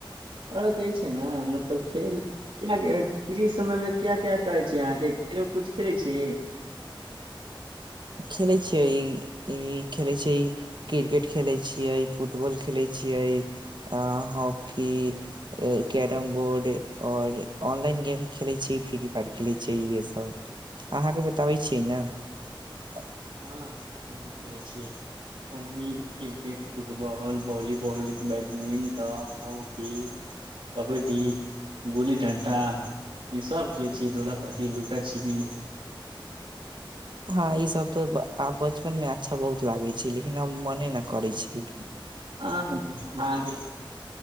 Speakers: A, on the right; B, on the right.
A: औरत ई छै ने मतलब खेल कृित समयमे क्या क्या करै छै अहाँके खेल कुछ खेलैत छीही
B: खेलैत छियै ई खेलैत छै क्रिकेट खेलैत छियै फुटबॉल खेलैत छियै हॉकी कैरम बोर्ड आओर ऑनलाइन गेम खेलैत छीै फ्री फायर खेलैत छै इह सभ अहाँके बताबैत छियै ने <inaudible>
A: हँ हम भी खेलै छियै हम भी cricket football volleyball badminton hockey kabaddi गुल्ली डंटा ईसभ खेलै छियै दोलाप्ती लुका छिपी
B: हँ ई सब तऽ आब बचपन मे अच्छा बहुत लागे छै लेकिन आब मने ने करै छी
A: आ अहांके